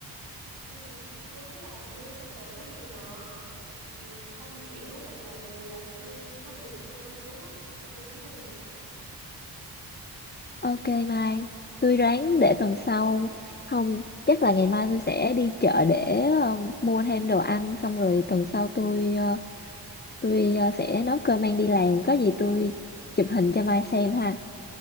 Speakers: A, on the right; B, on the left.
A: ừ, Hương cứ làm đi xong rồi có gì mà ừ, không hiểu hoặc là mình làm chưa có được như mong muốn á thì cứ nhắn mình
B: Ok Mai. Tôi ráng
A: ừ,
B: để tuần sau. Không, chắc là ngày mai tôi sẽ đi chợ để ờ, mua thêm đồ ăn xong rồi tuần sau tôi tôi ờ, sẽ nấu cơm mang đi làm có gì tôi chụp hình cho Mai xem ha